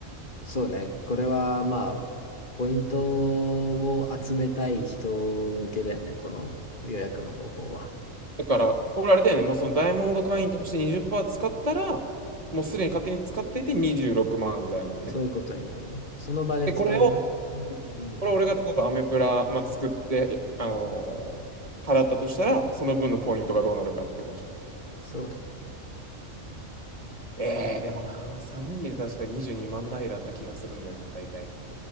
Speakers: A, on the left (about 40°); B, on the right (about 30°).
A: そうね。これはまあ、ポイントを集めたい人向けだよね。この予約の方法は。
B: だから、これあれだよね、もうそのダイヤモンド会員として20%使ったら、もうすでに勝手に使っていて26万だイヤね。
A: そういうことになるね。その場で使う分にはね。
B: で、これを、
A: うん。
B: これ俺が例えばアメプラ、まあ、作って、あのー払ったとしたら、その分のポイントがどうなるかっていう感じか。
A: そうだね。
B: えー、でもな、3人で確か22万台だった気がするんだよな、大体。